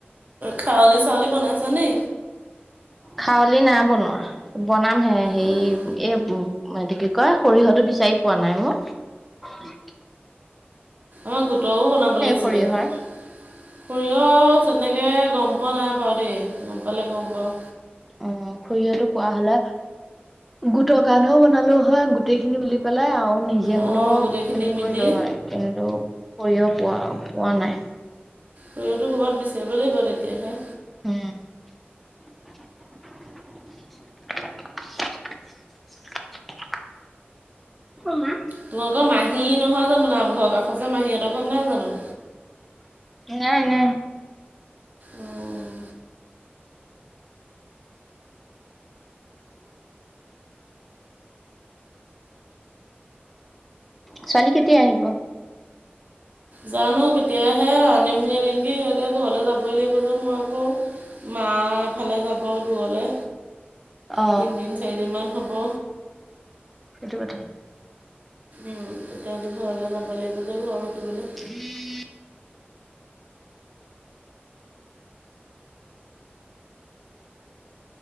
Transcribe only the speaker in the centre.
খাৱলি নাই বনোৱা। বনাম হে হেৰি
এই কি কয় সৰিয়হটো বিচাৰি পোৱা নাই অ অ অ
সৰিয়হৰ?
অ সৰিয়হটো পোৱা হলে গোটৰ কাৰণেও বনালো হয় গোটেই খিনি মিলি পেলাই আৰু নিজে
হলেও
হেৰি
কৰিলো হয় কিন্তু সৰিয়হ পোৱা পোৱা নাই।
উম। <inaudible> ঔ মা
নাই নাই।
ছোৱালী কেতিয়া আহিব?
অ
সেইটো কথা।
উম <inaudible>